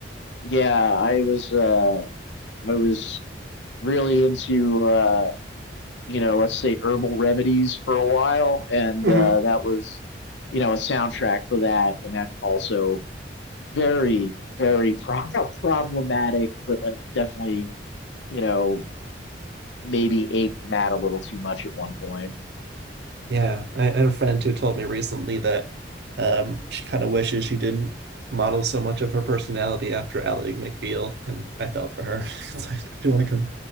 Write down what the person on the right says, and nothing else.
hmm
Yeah, I I had a friend who told me recently that um, she kind of wishes she didn't model so much of her personality after Ally McBeal, and I felt for her. <laughs> 'Cause I feel like I've